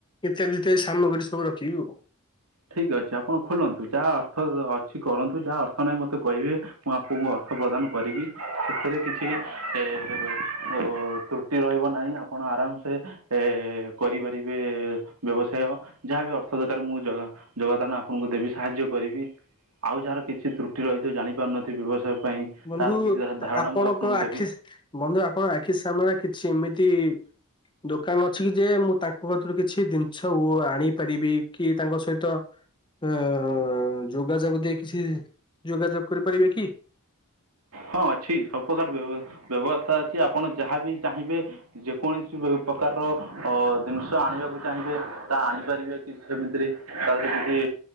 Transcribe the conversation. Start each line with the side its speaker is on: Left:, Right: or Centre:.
Left: ଇତ୍ୟାଦି ଇତ୍ୟାଦି ସାମଗ୍ରୀ ସବୁ ରଖିବି ଆଉ।
Right: ଠିକ୍ ଅଛି ଆପଣ ଖୋଲନ୍ତୁ ଯା ଅର୍ଥ ଅଛି କରନ୍ତୁ ଯା ଅର୍ଥ ନାହିଁ ମତେ କହିବେ। ମୁଁ ଆପଣଙ୍କୁ ଅର୍ଥ ପ୍ରଦାନ କରିବି ସେଥିରେ କିଛି ଏ ଓ ତ୍ରୁ ଟି ରହିବ ନାହିଁ ଆପଣ ଆରାମସେ ଏ କରିପାରିବେ ବ୍ୟବସାୟ। ଯାହା ବିି ଅର୍ଥ ଦରକାର ମୁଁ ଯଗା ଯୋଗଦାନ ଆପଣୁଙ୍କୁ ଦେବି ସାହାଯ୍ୟ କରିବି। ଆଉ ଯାହାର କିଛି ତ୍ରୁଟି ରହିଥିବ ଜାଣିପାରୁନଥିବେ ବ୍ୟବସାୟ ପାଇଁ
Left: ବନ୍ଧୁ
Right: ତାର ବି କିଛି
Left: ତା
Right: ଧାରଣା
Left: ଆପଣଙ୍କ
Right: ମୁଁ ଆପଣଙ୍କୁ
Left: ଆଖି
Right: ଦେବି
Left: ସ୍ ବନ୍ଧୁ ଆପଣଙ୍କ ଆଖି ସାମନାରେ କିଛି ଏମିତି ଦୋକାନ ଅଛି କି ଯେ ମୁଁ ତାଙ୍କ କିତରୁ କିଛି ଜିନିଛ ଉ ଆଣି ପାରିବି କି ତାଙ୍କ ସହିତ ଉଁ ଆ ଯୋଗାଯୋଗ ଦେଇ କିଛି ଯୋଗାଯୋଗ କରିପାରିବେ କି?
Right: ହଁ ଅଛି ସବୁପକାର ବେବ ବେବସ୍ତା ଅଛି ଆପଣ ଯାହା ବି ଚାହିଁବେ ଯେକୌଣସି <unintelligible> ପ୍ରକାରର ଅ ଜିନିଷ ଆଣିବାକୁ ଚାହିଁବେ ତା ଆଣିପାରିବେ। କି ସେମିତିରେ ତାର କିଛି